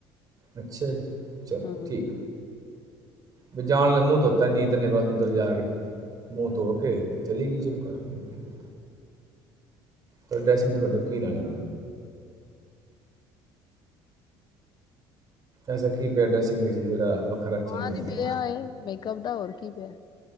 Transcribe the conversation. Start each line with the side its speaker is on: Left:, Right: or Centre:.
Right: ਅੱਛਾ ਜੀ ਚਲੋ
Left: ਹੂੰ
Right: ਠੀਕ ਵੀ ਜਾਣ ਲ ਮੂੰਹ ਧੋਤਾ ਨੀ ਤਨੇ ਬਸ ਅੰਦਰ ਜਾ ਕੇ ਮੂੰਹ ਧੋ ਕੇ ਤੇ ਚਲੀ ਗਈ ਚੁੱਪ ਕਰਕੇ ਕੀਤਾ ਤੁਹਾਡ ਤੁਹਾਡੇ ਕੀ ਲੈਣਾ ਉਹੇ ਅਸਾ ਕੀੀ ਪਿਆਡਾ ਸਿੰਘ ਸੀ ਜਿਹੜਾ ਵੱਖਰਾ ਚੀਜ਼
Left: ਹਾਂ
Right: ਹੈਗੀ
Left: ਤੇ ਨੀ
Right: ਹੈ?
Left: ਪਿਆ ਇਹ ਮੇਕਅਪ ਦਾ ਹੋਰ ਕੀ ਪਿਆ